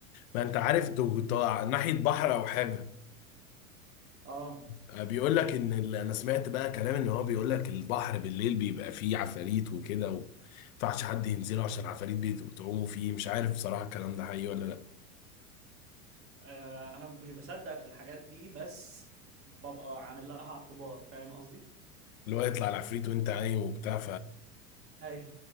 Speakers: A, on the left; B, on the right.
A: ما انت عارف دو- طالع ناحيه بحر او حاجه
B: آه
A: آه، بيقول لك ان ال- انا سمعت بقى كلام ان هو بيقول لك البحر بالليل بيبقى فيه عفاريت وكده و... ينفعش حد ينزله عشان العفاريت بتعوموا فيه مش عارف بصراحه الكلام ده حقيقي ولا لا
B: آه، انا مش بصدق في الحاجات دي بس ببقى عامل لها اعتبار فاهم قصدي
A: اللي هو يطلع العفريت وانت عايم وبتاع
B: ايوه